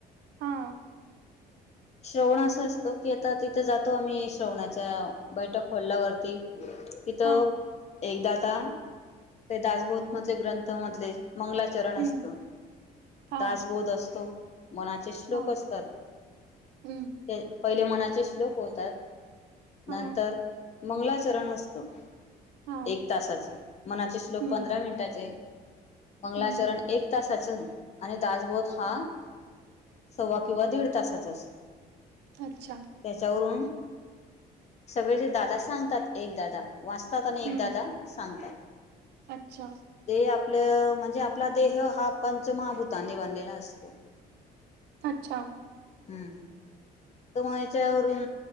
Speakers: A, on the right; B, on the left.
A: हा,
B: <inaudible> श्रवण असं असतो की आता तिथे जातो आम्ही श्रवणाच्या बैठक हॉल्ल्यावरती. तथं.
A: हा
B: एकदा आता ते दासभोत मधले ग्रंथ मधले मंगलाचरण असत.
A: हम्म हा
B: दासबोध असतो मनाचे श्लोक
A: हा
B: असतात.
A: हम्म
B: ते पहिले मनाचे श्लोक होतात. नंतर
A: हा
B: मंगलाचरण असतं.
A: हा
B: एक तासाच मनाचे श्लोक
A: हम्म
B: पंधरा मिनिटाचे. मंगला
A: हम्म
B: चरण एक तासाचं आणि दासबोध हा. सव्वा किंवा दीड तासाचं असतो.
A: अच्छा.
B: त्याच्यावरून सगळे जे दादा सांगतात एक दादा. वाचतात आणि एकदादा
A: हम्म
B: सांगतात.
A: अच्छा.
B: ते आपलं म्हणजे आपला देह हा पं ''--'' पंच मभूतांनी बनलेला असतो.
A: अच्छा.
B: हुं. तर म याच्यावरून